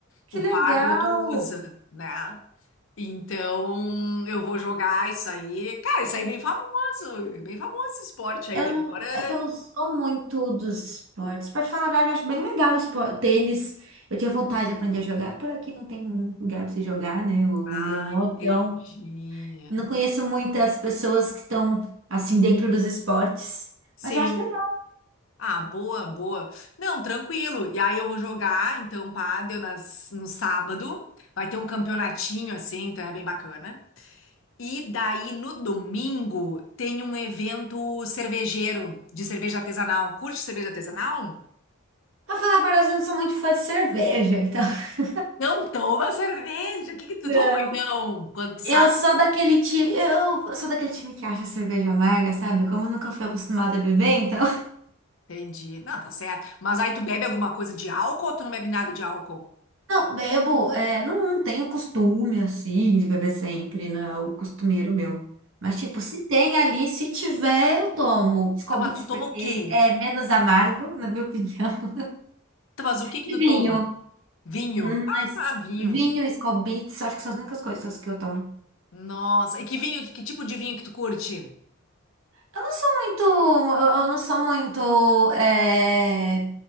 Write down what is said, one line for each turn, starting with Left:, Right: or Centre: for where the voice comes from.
Right: Que
Left: O
Right: legal!
Left: Paddle tu usa, né? Então, eu vou jogar isso aí. Cara, isso aí é bem famoso, é bem famoso esse esporte
Right: Eu
Left: aí. Agora,
Right: não, é que eu não sou muito dos esportes. Pra te falar a verdade, eu acho bem legal o esporte. Tênis, eu tinha vontade de aprender a jogar. Por aqui não tem muito lugar pra você jogar, né? o-
Left: ah,
Right: Onde eu moro, então
Left: entendi.
Right: não conheço muitas pessoas que estão assim dentro dos esportes.
Left: Sim.
Right: Mas eu acho legal.
Left: Ah, boa, boa. Não, tranquilo. E aí eu vou jogar, então, pádel nas, no sábado. Vai ter um campeonatinho assim, então é bem bacana. E daí no domingo tem um evento cervejeiro de cerveja artesanal. Curte cerveja artesanal?
Right: Pra falar a verdade, eu não sou muito fã de cerveja, então. <laughs>
Left: Não toma cerveja. O que que tu
Right: Não.
Left: toma então quando tu
Right: Eu
Left: sai?
Right: sou daquele time, eu, eu sou daquele time que acha a cerveja amarga, sabe? Como eu nunca fui acostumada a beber, então.
Left: Entendi. Não, tá certo. Mas aí tu bebe alguma coisa de álcool ou tu não bebe nada de álcool?
Right: Não, bebo, é, não, não tenho costume assim de beber sempre, não é algo costumeiro meu. Mas, tipo, se tem ali, se tiver, eu tomo. Skol
Left: Tá, mas
Right: Beats,
Left: tu toma
Right: porque
Left: o quê?
Right: é menos amargo, na minha opinião. <laughs>
Left: Tá, mas o que que
Right: E
Left: tu
Right: vinho.
Left: toma? Vinho.
Right: Hum,
Left: Ah,
Right: Mas
Left: tá, vinho.
Right: vinho e Skol Beats, acho que são as únicas coisas que eu tomo.
Left: Nossa, e que vinho, que tipo de vinho que tu curte?
Right: Eu não sou muito, eu eu não sou muito é,